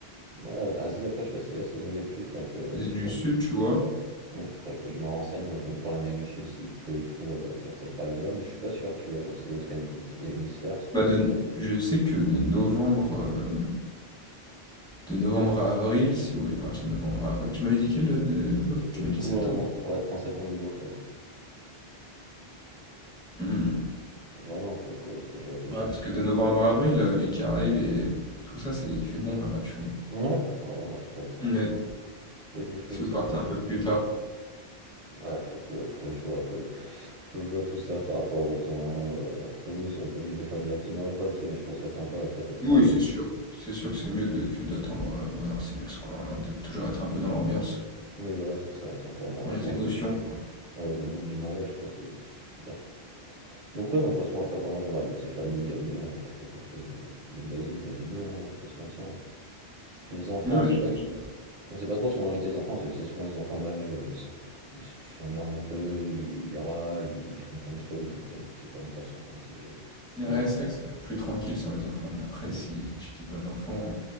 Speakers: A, on the right (about 55°); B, in the centre.
A: Ouais, bah, Asie, après, je sais pas si c'est la saison des pluies, faudrait que,
B: Asie
A: faudrait
B: du Sud, tu vois,
A: Mmh, faudrait que je me renseigne, même pour l'Amérique du Sud, s'il pleut et tout, heu, vers cette période-là, mais je suis pas sûr, tu vois? Comme c'est l'autre hémi hémisphère, je
B: bah
A: pense
B: de,
A: que c'est peut-être
B: je sais que de novembre, euh, de novembre à avril, si vous voulez partir de novembre à avril, tu m'avais dit quel euh, de... Non,
A: c'était
B: tu
A: du
B: m'avais dit
A: coup
B: septembre.
A: en ouais, fin septembre, début octobre.
B: Hmm.
A: Ah non, faut que faut que je réfléchisse
B: Ouais, parce
A: parce
B: que
A: que
B: de novembre à avril, euh, les Caraïbes et tout ça, c'est, il fait bon là-bas, tu vois.
A: ouais, oh, bah, ça peut être
B: Ouais,
A: un peut être quelque chose
B: si
A: de sympa.
B: vous partez un peu plus tard.
A: Ouais, faut que faut que je vois, faut faut que je vois tout ça par rapport au temps, heu, après oui, on n'est pas obligé de le faire directement après, tu sais? Mais je trouve ça sympa après cette
B: Oui,
A: marié
B: c'est sûr. C'est sûr que c'est mieux de- que d'attendre. euh, Ouais, non, c'est mieux que, ce qu'on- de toujours être un peu dans l'ambiance,
A: oui, voilà, ça ça, va être encore dans
B: dans les
A: dans
B: émotions,
A: le mood,
B: quoi.
A: ouais, dans le mood du mariage, quoi, si si je puis dire. Donc ouais, non, de toute façon, après, pour moi, on va inviter famille, amis, on va faire quelque chose de, de basique, mais de bien, hein, on va pas se mentir. hein. Les enfants,
B: Non,
A: c'est
B: j'imagine.
A: pas... On sait pas trop si on va inviter les enfants, parce que c'est souvent les enfants en mariage, bah, ils sont- ils s- ils s'emmerdent un peu, ils, ils râlent, ils font plein de trucs, donc euh, je sais pas encore si on va inviter des... si
B: Ouais,
A: les enfants.
B: c'est vrai que ça peut être plus tranquille sans les enfants, mais après,
A: Hmm.
B: si tu dis pas d'enfants, euh,